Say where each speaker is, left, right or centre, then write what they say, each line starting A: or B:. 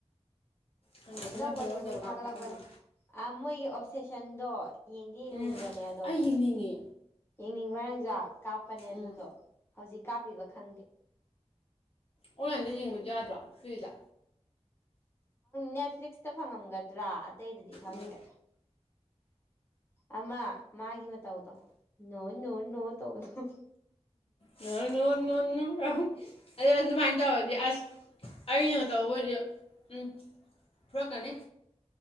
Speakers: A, on the left; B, on the left.
A: ꯈꯪꯗꯦ ꯐꯤꯂꯝ
B: ꯑꯅꯧꯕ
A: ꯐꯖ
B: ꯑꯗꯨꯝꯕꯨꯗꯤ
A: ꯐꯖꯕ ꯀꯥꯞ
B: ꯊꯥꯒꯠꯂꯛꯄꯅꯦ
A: ꯀꯥꯞꯄ ꯑꯃ
B: ꯃꯣꯏꯒꯤ ꯑꯣꯞꯁꯦꯁꯟꯗꯣ ꯌꯦꯡꯗꯤ ꯌꯦꯡꯅꯤꯡꯕꯅꯦ
A: ꯎꯝ
B: ꯑꯗꯣ
A: ꯑꯩ ꯌꯦꯡꯅꯤꯡꯉꯦ
B: ꯌꯦꯡꯅꯤꯡꯕ꯭ꯔꯥ ꯅꯪꯖꯥ ꯀꯥꯞꯄꯅꯦ ꯑꯗꯨꯗꯣ
A: ꯎꯝ
B: ꯍꯧꯖꯤꯛ ꯀꯥꯞꯄꯤꯕ ꯈꯪꯗꯦ
A: ꯑꯣꯟꯂꯥꯏꯟꯗ ꯌꯦꯡꯕꯗꯤ ꯌꯥꯗ꯭ꯔꯣ ꯐ꯭ꯔꯤꯗ
B: ꯅꯦꯠꯐ꯭ꯂꯤꯛꯁꯇ ꯐꯪꯉꯝꯒꯗ꯭ꯔꯥ ꯑꯇꯩꯗꯗꯤ ꯈꯪꯗꯦ
A: ꯎꯝ
B: ꯑꯃ ꯃꯥꯒꯤ ꯃꯇ ꯇꯧꯗꯣ ꯅ ꯅꯣꯏ ꯅꯨ ꯇꯧꯕꯅꯣ
A: ꯅ ꯅ ꯑ ꯍꯧꯁꯨꯃꯥꯏꯅ ꯇꯧꯗꯤ ꯑꯁ ꯑꯩꯩꯅ ꯉ ꯇꯧꯕ ꯑꯣꯏꯗꯤ ꯎꯝ ꯐꯔꯛꯀꯅꯤ